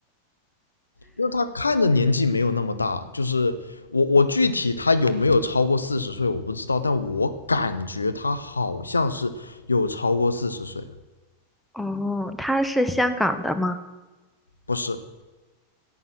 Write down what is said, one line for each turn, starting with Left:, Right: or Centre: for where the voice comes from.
Left: 因为他看着年纪没有那么大，就是我我具体他有没有超过四十岁我不知道，但我感觉他好像是有超过四十岁，
Centre: 哦，他是香港的吗？
Left: 不是